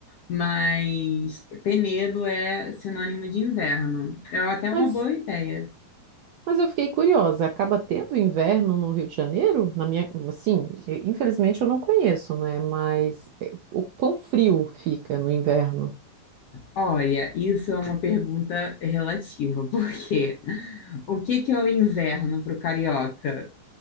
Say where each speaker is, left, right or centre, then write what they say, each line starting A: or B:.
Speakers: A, on the left (about 70°); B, on the right (about 70°).
A: Mas Penedo é sinônimo de inverno. É até
B: Mas
A: uma boa ideia.
B: Mas eu fiquei curiosa, acaba tendo inverno no Rio de Janeiro? Na minha, assim, eh, infelizmente eu não conheço, né? Mas eh, o quão frio fica no inverno?
A: Olha, isso é uma pergunta relativa, <laughs> porque o que que é o inverno para o carioca?